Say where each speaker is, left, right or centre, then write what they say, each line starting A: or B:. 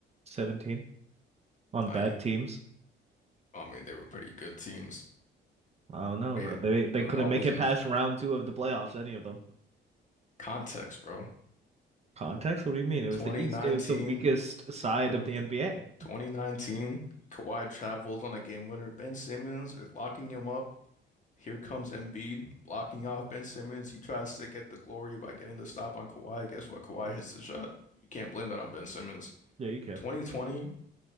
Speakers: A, on the right; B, on the left.
A: 17. on
B: I,
A: bad teams.
B: I mean, they were pretty good teams.
A: I don't know,
B: Made
A: bro.
B: it,
A: They they
B: they
A: couldn't
B: were always
A: make it
B: in
A: past
B: the
A: round two of the playoffs, any of them.
B: context, bro.
A: Context? What do you mean? It was
B: Twenty
A: the East.
B: nineteen,
A: It was the weakest side
B: 20
A: of the NBA.
B: 2019. Kawhi travels on a game winner. Ben Simmons is locking him up Here comes Embiid blocking off Ben Simmons. He tries to get the glory by getting the stop on Kawhi. Guess what? Kawhi hits the shot. You can't blame that on Ben Simmons.
A: Yeah, you can.
B: 2020,